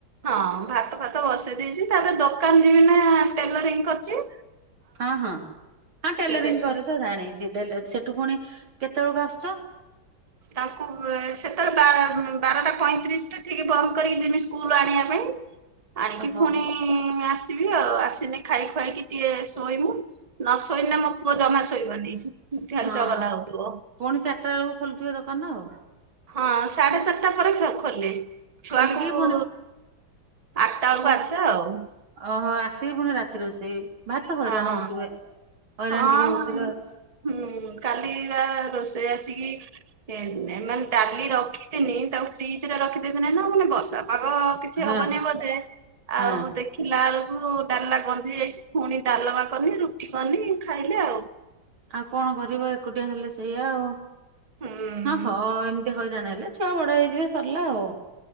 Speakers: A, on the right; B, on the right.
A: ହଁ ଭାତ ଫାତ ବସେଇ ଦେଇଛି ତାପରେ ଦୋକାନ ଯିବି ନା ଟେଲରିଂ କରୁଚି।
B: ହଁ, ହଁ, ହଁ ଟେଲରିଂ
A: ଯାଇକି
B: କରୁଛ ଜାଣିଚି ଟେଲର ସେଠୁ ପୁଣି କେତେ ବେଳକୁ ଆସୁଛ <unintelligible>
A: ତାଙ୍କୁ ଏ ସେତେବେଳେ ବା - ବାରଟା ପଇଁତିରିଶରେ ଉଠିକି ବନ୍ଦ କରିକି ଯିମି ସ୍କୁଲ ଆଣିବା ପାଇଁ ଆଣିକି
B: ଓହୋ
A: ଫୁଣି କି ଆସିବି ଆଉ ଆସିନେ ଖାଇ ଖୁଆ କି ଟିକେ ଶୋଇମୁ ନ ଶୋଇନେ ମୋ ପୁଅ ଜମା ଶୋଇବନି। ଖାଲି
B: ହଁ
A: ଚଗଲା ହଉଥିବ
B: ପୁଣି ଚାରିଟା ବେଳକୁ ଖୋଲୁଥିବେ ଦୋକାନ ଆଉ।
A: ହଁ ସାଢେ ଚାରଟା ପରେ ମୁଁ ଖୋଲେ। ଛୁଆଙ୍କୁ
B: ଖୋଲିକି ପୁଣି
A: ଆଠଟା
B: ପୁଣ
A: ବଳକୁ ଆସେ ଆଉ।
B: ଓହୋ ଆସିକି ପୁଣି ରାତି ରୋଷେଇ ଭାରି ତ ହଇରାଣ
A: ହଁ
B: ହଉଥିବେ ହଇରାଣ
A: ହଁ
B: ଟିକେ ହଉଥିବେ ଆଉ।
A: ହୁଁ କାଲି ବା ରୋଷେଇ ଆସିକି ହେ ନେ ମାନେ ଡାଲି ରଖିଥିନି ତାକୁ ଫ୍ରିଜ ରେ ରଖିଦେଇଥିନେ ହେନା ମୁଁ କହିନି ବର୍ଷା ପାଗ କିଛି
B: ହଁ
A: ହବନି ବୋଧେ
B: ହଁ
A: ଆଉ ଦେଖି ଥିଲା ବେଳକୁ ଡାଲା ଗନ୍ଧି ଯାଇଛି ପୁଣି ଡାଲମା କନି ରୁଟି କନି ଖାଇଲେ ଆଉ।
B: ଆଉ କଣ କରିବ ଏକୁଟିଆ ହେଲେ ସେଇଆ ଆଉ
A: ହୁଁ
B: ଅ ହଁ ଏମ ଏତେ ହଇରାଣ ହେଲା ଛୁଆ ବଡ ହେଇଯିବେ ସରିଲା ଆଉ।